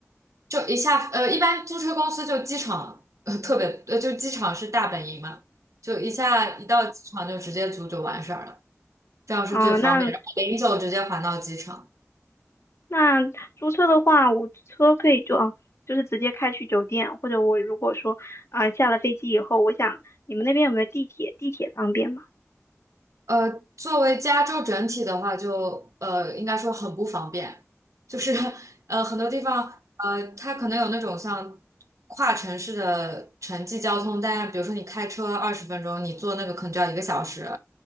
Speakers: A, on the right (about 80°); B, on the left (about 60°).
A: 就一下，呃，一般租车公司就机场，呃，特别，呃，就机场是大本营嘛，就一下一到机场就直接租就完事儿了，这样是最方便，
B: 啊，那
A: 然后零九直接还到机场。
B: 那租车的话，我车可以就啊，就是直接开去酒店，或者我如果说啊下了飞机以后，我想你们那边有没有地铁？地铁方便吗？
A: 呃，作为加州整体的话就，呃应该说很不方便，就是呃很多地方呃它可能有那种像跨城市的城际交通，但比如说你开车二十分钟，你坐那个可能就要一个小时。